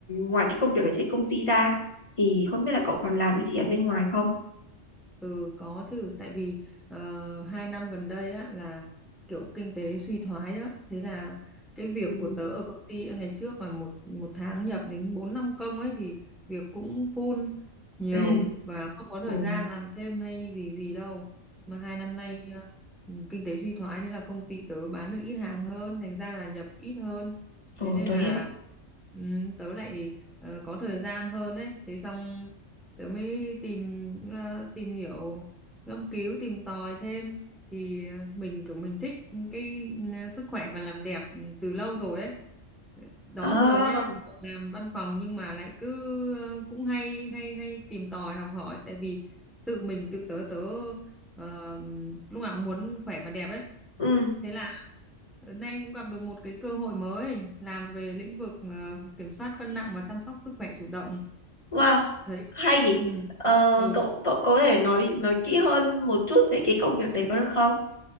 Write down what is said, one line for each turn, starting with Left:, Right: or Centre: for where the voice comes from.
Left: ngoài cái công việc ở trên công ty ra thì không biết là cậu còn làm cái gì ở bên ngoài không
Centre: Ừ có chứ tại vì uh, hai năm gần đây á là kiểu kinh tế suy thoái á thế là cái việc
Left: Ừ.
Centre: của tớ ở công ty ngày trước mà một một tháng nhập đến 4 5 công ấy thì việc cũng full nhiều
Left: Ừ.
Centre: và không có thời
Left: Ừ.
Centre: gian làm thêm hay gì gì đâu mà hai năm nay ờ, ừ, kinh tế suy thoái thế là công ty tớ bán được ít hàng hơn thành ra là nhập ít hơn
Left: Ừ.
Centre: thế nên
Left: Tôi
Centre: là
Left: hiểu.
Centre: ừ, tớ lại ờ, có thời gian hơn đấy thế xong tớ mới tìm ờ, tìm hiểu ngâm cứu tìm tòi thêm thì ờ, mình kiểu mình thích cái ờ, sức khỏe và làm đẹp từ lâu rồi đấy đó
Left: à,
Centre: giờ nha làm văn phòng nhưng mà lại cứ ờ, cũng hay hay hay tìm tòi học hỏi tại vì tự mình tự tớ tớ ờ, lúc nào cũng muốn khỏe và đẹp ấy
Left: ừ.
Centre: thế là Hôm nay cũng gặp được một cái cơ hội mới làm về lĩnh vực ờ, kiểm soát cân nặng và chăm sóc sức khỏe chủ động
Left: Wow,
Centre: thấy
Left: hay nhỉ.
Centre: ừ.
Left: Ờ,
Centre: ừ
Left: cậu, cậu có thể nói nói kỹ hơn một chút về cái công việc đấy có được không?